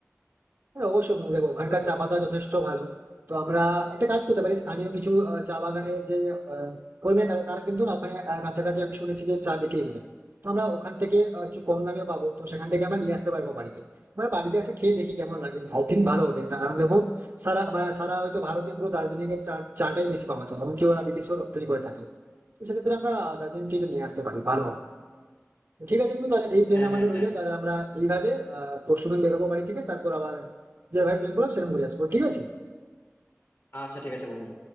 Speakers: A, on the right; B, on the left.
A: হ্যাঁ অবশ্যই বন্ধু দেখো ওখানকার
B: ওই
A: চা
B: ওই-
A: পাতা যথেষ্ট ভালো তো আমরা একটা কাজ করতে পারি স্থানীয় কিছু আহ, চা বাগানের যে আহ, কর্মীরা থাকে তারা কিন্তু না ওখানে আহ, কাছাকাছি আমি শুনেছি যে চা বিক্রি করে তো আমরা ওখান থেকে আহ, একটু কম দামে পাবো তো সেখান থেকে আমরা নিয়ে আসতে পারবো বাড়িতে মানে বাড়িতে এসে খেয়ে দেখি কেমন লাগে আই থিঙ্ক ভালো হবে তার কারণ দেখো সারা মানে সারা হয়তো ভারতীয় পুরো দার্জিলিং এর চা চাটাই বেশি পাওয়া যায় এমনকি ওরা বিদেশেও রপ্তানি করে থাকে তো সেক্ষেত্রে আমরা দার্জিলিং টিটা নিয়ে আসতে পারি ভালো হবে তো ঠিক আছে বন্ধু তাহলে এই প্ল্যান
B: হ্যাঁ
A: আমাদের
B: হ্যাঁ
A: রইলো
B: হ্যাঁ
A: তাহলে আমরা এইভাবে আহ পরশুদিন বেরোবো বাড়ি থেকে তারপর আবার যেভাবে প্ল্যান করলাম সেরকম ঘুরে আসবো ঠিক আছে
B: আচ্ছা ঠিক আছে বন্ধু